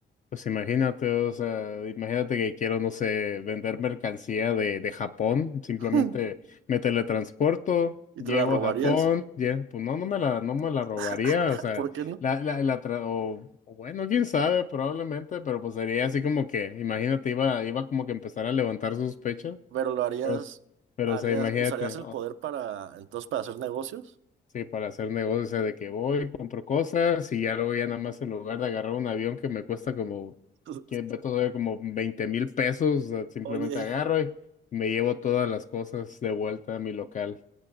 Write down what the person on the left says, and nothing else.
Pues imagínate, o sea, imagínate que quiero, no sé, vender mercancía de, de Japón, simplemente
me teletransporto,
llego
a Japón, ya, pues no, no me la, no me la
robaría, o sea,
la, la, la tra- o, o bueno, quién sabe, probablemente, pero pues sería así como que, imagínate, iba, iba como que empezar a levantar sospechas,
pero, pero
o sea, imagínate,
Sí, para hacer negocios, o sea, de que voy, compro cosas y ya luego ya nada más en lugar de agarrar un avión que me cuesta como,
que ve todavía como veinte mil pesos, o sea, simplemente
agarro y me llevo todas las cosas de vuelta a mi local.